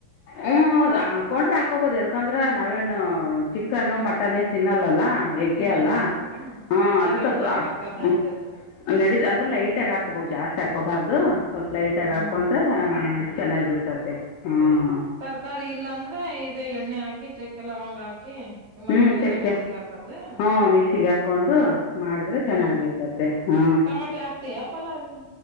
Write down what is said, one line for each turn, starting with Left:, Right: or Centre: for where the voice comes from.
Left: ಹ್ಮ ಹಾಕೊಂಡ್ರೆ ಹಾಕೋಬೋದು ಯದಕಂದ್ರ ನಾವೇನು ಚಿಕನ್ ಮಟನ್ ಎನ್ ತಿನ್ನಲ್ಲ. <unintelligible> ಲ್ಲ ಎಗ್ಗೆ
Right: ತಿನ್ನಂಗಿಲ್ಲಲ್ಲ
Left: ಅಲ್ಲ ಹ
Right: ಎಗ್ಗಿಗೆ
Left: ಅದಕ್ಕಾ
Right: ಅದ
Left: ಹುಂ
Right: ತರಕಾರಿ ನಡಿತತೆ
Left: ಹು. ನಡ ಅಂದ್ರ ಲೈಟ್ ಆಗ ಹಾಕೋಬೋಕ್ ಜಾಸ್ತಿ ಹಾಕೋಬಾರ್ದು ಸ್ವಲ್ಪ ಲೈಟ್ ಆಗ
Right: ಹ್ಮ್
Left: ಹಾಕೊಂಡ್ರೆ. ಚೆನ್ನಾಗಿರ್ತತೆ ಹ್ಮ.
Right: ತರ್ಕಾರಿ ಇಲ್ಲಾಂದ್ರೆ ಇದೇ ಎಣ್ಣೆ ಹಾಕಿ ಚಕ್ಕೆ ಲವಂಗ ಹಾಕಿ. ಮಸಾಲೆ
Left: ಹ್ಮ್ ಚಕ್ಕೆ
Right: ಎಲ್ಲಾ ಮಿಕ್ಸಿಗೆ ಹಾಕದು
Left: ಹು ಮಿಕ್ಸಿಗೆ್ ಹಾಕೊಂಡು ಮಾಡಿದ್ರೆ
Right: ಹ್ಮ್
Left: ಚೆನ್ನಾಗಿರ್ತತೆ ಹ.
Right: ಟಮಾಟೆ ಆಕ್ತಿಯ ಪಲಾವ್ ಗೆ.